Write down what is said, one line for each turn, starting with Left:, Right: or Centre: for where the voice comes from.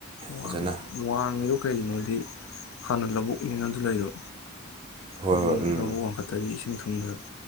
Left: ꯋꯥꯡꯉꯤ
Right: ꯐꯖꯅ
Left: ꯋꯥꯡꯉꯤꯗꯣ ꯀꯩꯒꯤꯅꯣꯗꯤ ꯍꯥꯟꯅ ꯂꯧꯕꯨꯛꯅꯤꯅ ꯑꯗꯨ ꯂꯩꯗꯣ
Right: ꯍꯣꯏ
Left: ꯑꯗꯨꯅ
Right: ꯍꯣꯏ ꯎꯝ
Left: ꯂꯧꯕꯨꯛ ꯋꯥꯡꯈꯠꯇꯔꯤ ꯏꯁꯤꯡ ꯊꯨꯝꯗꯅꯕ